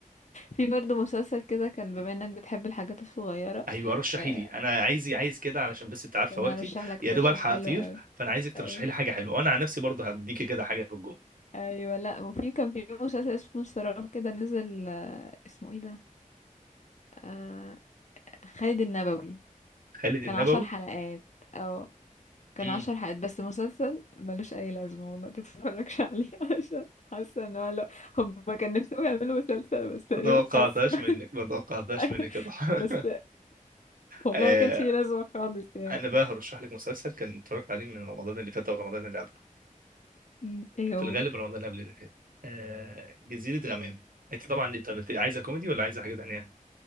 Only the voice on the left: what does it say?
في برضه مسلسل كده كان بما انك بتحب الحاجات الصغيرة
آه،
انا
ارشح لك
ترشيح
حلو
قوي
ايوه
ايوه لا وفي كان في مسلسل اسمه السراب كده نزل آه، اسمه ايه ده آه خالد النبوي
كان
عشر حلقات اه كان
عشر حلقات بس مسلسل ملوش اي لازمه والله تتفرجش عليه <laughs> عشان حاسه ان هو لا هم كان نفسهم يعملوا مسلسل بس تقريبا
حاسه
<laughs>
بس والله
ما كانش ليه لازمه خالص يعني
م، ايه
هو